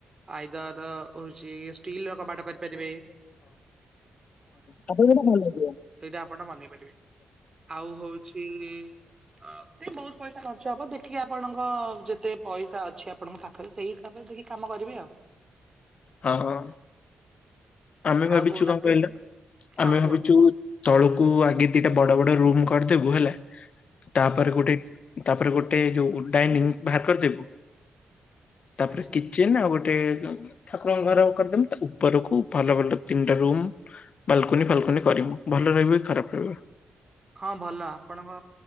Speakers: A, on the right; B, on the left.
A: ଆଇଦର-ଅ ହଉଛି ଷ୍ଟିଲ ର କବାଟ କରିପାରିବେ।
B: ଆପଣକୁ ଯୋଉଟା ଭଲ ଲାଗିବ।
A: ସେଇଟା ଆପଣ ବନେଇ ପାରିବେ ଆଉ ହଉଛି-ଇ-ଇ-ଇ ତେ ବହୁତ ପଇସା ଖର୍ଚ୍ଚ ହବ ଦେଖିକି ଆପଣଙ୍କ ଯେତେ ପଇସା ଅଛି ଆପଣଙ୍କ ଖା ତାହାଲେ ସେଇ ହିସାବରେ ଦେଖିକି କାମ କରିବେ ଆଉ।
B: ହଁ ହ। ଆମେ ଭାବିଛୁ
A: ଆଉ କହୁନାହାନ୍ତି
B: କଣ କହିଲ,
A: ହଁ
B: ଆମେ
A: କୁହ
B: ଭାବିଛୁ ତଳକୁ ଆଗେ ଦିଟା ବଡ ବଡ ରୁମ୍ କରିଦେବୁ ହେଲା ତାପରେ
A: ଆଚ୍ଛା
B: ଗୋଟେ ତାପରେ ଗୋଟେ ଯୋଉ ଡାଇନିଂ ବାହାର କରିଦେବି ତାପରେ
A: ଆଚ୍ଛା।
B: କି ଚେନ ଆଉ ଗୋଟେ ଉ ଠାକୁରଙ୍କ ଘର କରିଦେବୁ ତା ଉପରକୁ ଭଲ ଭଲ ତିନିଟା ରୁମ୍ ବାଲକୁନି ଫାଲକୁନି କରିବୁ। ଭଲ ରହିବ କି ଖରାପ ରହିବ?
A: ହଁ ଭଲ ଆପଣଙ୍କ